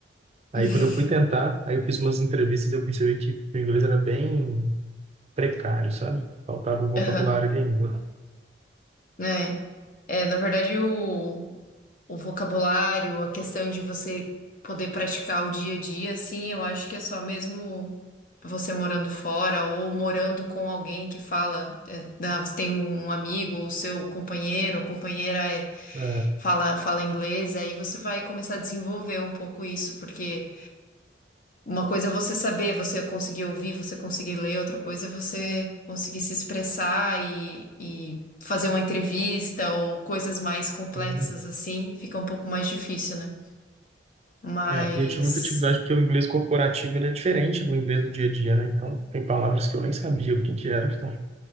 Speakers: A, on the right; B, on the left.
A: Aí
B: <laughs>
A: quando eu fui tentar, aí eu fiz umas entrevistas e eu percebi que o inglês era bem precário, sabe? Faltava um vocabulário
B: aham.
A: ali ainda.
B: É, é, na verdade, o. o vocabulário, a questão de você poder praticar o dia a dia, assim, eu acho que é só mesmo você morando fora ou morando com alguém que fala, é, né, você tem um amigo ou seu companheiro, ou companheira é,
A: É,
B: fala, fala inglês, aí você vai começar a desenvolver um pouco isso, porque uma coisa é você saber, você conseguir ouvir, você conseguir ler, outra coisa é você conseguir se expressar e, e fazer uma entrevista ou coisas mais complexas
A: tem-
B: assim, fica um pouco mais difícil, né? Mas
A: é, e eu tive muita dificuldade porque o inglês corporativo ele é diferente do inglês do dia a dia, né? Então tem palavras que eu nem sabia o que que era, então